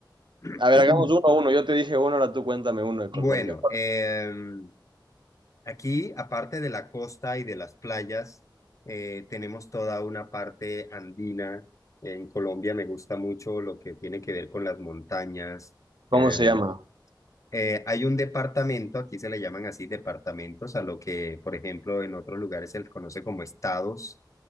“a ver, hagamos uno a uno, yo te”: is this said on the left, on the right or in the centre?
Right